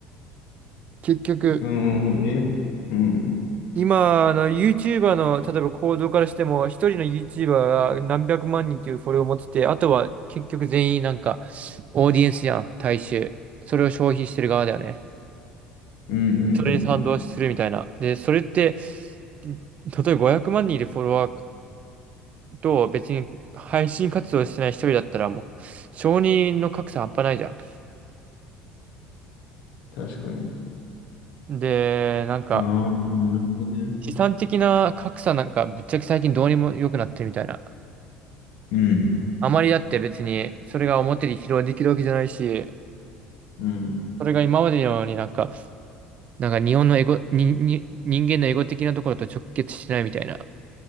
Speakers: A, on the right; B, on the left.
A: 結局、
B: うん。え、うん。
A: 今、あの、YouTuber の、例えば行動からしても、一人の YouTuber が何百万人というフォロワーを持ってて、あとは、結局全員なんか、オーディエンスじゃん、大衆。それを消費してる側だよね。
B: うん。うん。
A: それに賛同するみたいな。
B: うん。
A: で、それって、例えば500万人いるフォロワーと別に配信活動してない一人だったらもう承認の格差半端ないじゃ
B: 確かに。
A: ん。で、なんか
B: ああ、なるほどね。
A: 資産的な格差なんかぶっちゃけ最近どうにも良くなってるみたいな。
B: うん。
A: あまりだって別にそれが表に披露できるわけじゃないし、
B: うん。
A: それが今までのようになんか、なんか日本のエゴ、に、に、人間のエゴ的なところと直結しないみたいな。